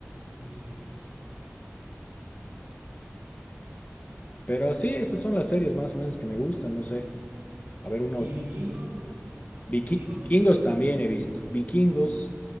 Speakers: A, on the right (about 90°); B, on the left (about 35°).
A: sí, sí.
B: Pero sí, esas son las series más o menos que me gustan, no sé. A ver, una
A: ¿Y
B: última.
A: vikingos?
B: Viking-
A: ¿Vikingos?
B: Vikingos también he visto. Vikingos,